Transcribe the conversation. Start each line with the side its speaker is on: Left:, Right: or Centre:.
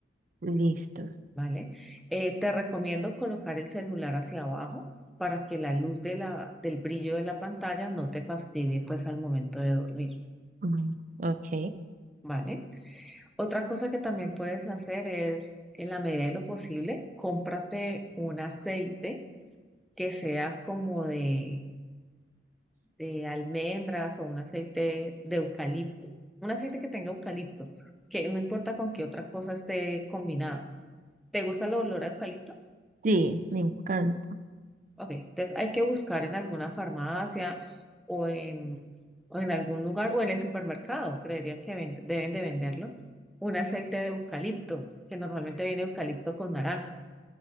Right: listo.
Centre: ¿vale? Eh, te recomiendo colocar el celular hacia abajo para que la luz de la, del brillo de la pantalla no te fastidie pues al momento de dormir,
Right: Mm, Ok,
Centre: ¿vale? Otra cosa que también puedes hacer es, en la medida de lo posible, cómprate un aceite que sea como de, de almendras o un aceite de eucalipto, un aceite que tenga eucalipto, que no importa con qué otra cosa esté combinado. ¿Te gusta el olor a eucalipto?
Right: sí, me encanta.
Centre: Ok, entonces hay que buscar en alguna farmacia o en, o en algún lugar o en el supermercado, creería que vend- deben de venderlo, un aceite de eucalipto, que normalmente viene eucalipto con naranja.